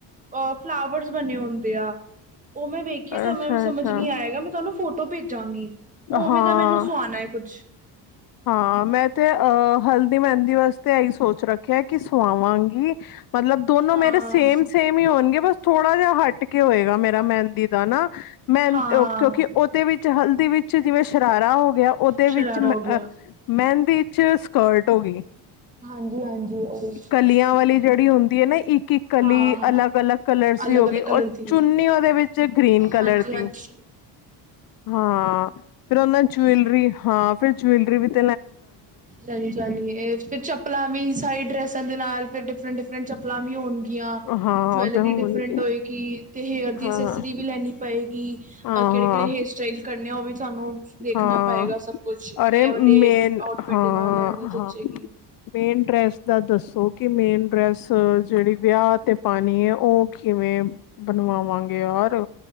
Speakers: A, on the right (about 20°); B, on the left (about 55°).
A: ਅ ਫਲਾਵਰਸ ਬਣੇ ਹੁੰਦੇ ਆ। ਉਹ ਮੈਂ ਵੇਖੀਏ ਤੁਹਾਨੂੰ
B: ਅੱਛਾ
A: ਐ ਸਮਝ
B: ਅੱਛਾ
A: ਨੀ ਆਏਗਾ ਮੈਂ ਤੁਹਾਨੂੰ ਫੋਟੋ ਭੇਜਾਂਗੀ। ਉਵੇਂ
B: ਹਾਂ
A: ਦਾ ਮੈਨੂੰ ਸੁਆਣਾ ਕੁੱਛ।
B: ਹਾਂ ਮੈਂ ਤੇ ਅਹ ਹਲਦੀ ਮਹਿੰਦੀ ਵਾਸਤੇ ਇਹੀ ਸੋਚ ਰੱਖਿਆ ਕਿ ਸਵਾਗੀ। ਮਤਲਬ ਦੋਨੋ
A: ਹਾਂ
B: ਮੇਰੇ ਸੇਮ ਸੇਮ ਹੀ ਹੋਣਗੇ ਬਸ ਥੋੜਾ ਜਿਹਾ ਹਟ ਕੇ ਹੋਏਗਾ ਮੇਰਾ ਮਹਿੰਦੀ ਦਾ ਨਾ। ਮੈਂ
A: ਹਾਂ
B: ਕਿਉਂਕਿ ਉਹਦੇ ਵਿੱਚ ਹਲਦੀ ਵਿੱਚ ਜਿਵੇਂ ਸ਼ਰਾਰਾ ਹੋ ਗਿਆ ਉਹਦੇ
A: ਸ਼ਰਾਰਾ
B: ਵਿੱਚ
A: ਹੋ
B: ਅਹ।
A: ਗਿਆ
B: ਮੈਂਹਿੰਦੀ ਵਿੱਚ ਸਕਰਟ ਹੋ ਗਈ।
A: ਹਾਂਜੀ ਹਾਂਜੀ ਉਹੀ
B: ਕਲੀਆਂ ਵਾਲੀ ਜਿਹੜੀ ਹੁੰਦੀ ਹੈ ਨਾ ਇੱਕ ਇੱਕ ਕਲੀ
A: ਹਾਂ ਹਾਂ
B: ਅਲੱਗ ਅਲੱਗ ਕਲਰ। ਸੀ
A: ਅਲੱਗ
B: ਹੋ ਗਈ
A: ਅਲੱਗ
B: ਉਹ
A: ਕਲਰ ਦੀ
B: ਚੁੰਨੀ ਉਹਦੇ ਵਿੱਚ ਗ੍ਰੀਨ ਕਲਰ
A: ਹਾਂਜੀ
B: ਦੀ।
A: ਹਾਂਜੀ
B: ਹਾਂ ਫਿਰ ਉਹਨਾਂ ਜੁਵਲਰੀ ਹਾਂ ਫਿਰ ਜੂੈਲਰੀ ਵਿੱਚ।
A: ਚ ਜਾਣੀਏ ਫਿਰ ਚੱਪਲਾਂ ਵੀ ਸਾਰੀ ਡਰੈਸਾਂ ਦੇ ਨਾਲ। ਡਿਫਰੈਂਟ ਡਿਫਰੈਂਟ ਚੱਪਲਾਂ ਵੀ ਹੋਣ ਤੇ। ਜਾਂ
B: ਹਾਂ
A: ਜਵੈਲਰੀ
B: ਉਹ ਤੇ ਹੋਣਗੇ
A: ਡਿਫਰੰਟ ਹੋਏਗੀ ਤੇ ਹੇਅਰ ਦੀ
B: ਹਾਂ
A: ਅਸੈਸਰੀ ਵੀ ਲੈਣੀ ਪਏਗੀ ਕਿਹੜੇ
B: ਹਾਂ
A: ਕਿਹੜੇ ਹੇਅਰ ਸਟਾਈਲ ਕਰਨੇ ਆ ਉਹ ਵੀ ਤੁਹਾਨੂੰ ਦੇਖਣਾ
B: ਹਾਂ
A: ਪਏਗਾ ਸਭ ਕੁਛ
B: ਅਰੇ
A: ਕਿ ਇਹ ਵਾਲੇ
B: ਮੇ
A: ਆਊਟਫਿਟ
B: ਹਾਂ
A: ਦੇ ਨਾਲ ਇਹ ਵਾਲੀ ਜੱਚੇਗੀ
B: ਹਾਂ ਮੇਨ ਡਰੈੱਸ ਦੈ ਦੱਸੋ ਕਿ ਮੇਨ ਡਰੈਸ ਜਿਹੜੀ ਵਿਆਹ ਤੇ ਪਾਣੀ ਹੈ ਉਹ ਕਿਵੇਂ ਬਣਵਾਵਾਂਗੇ ਯਾਰ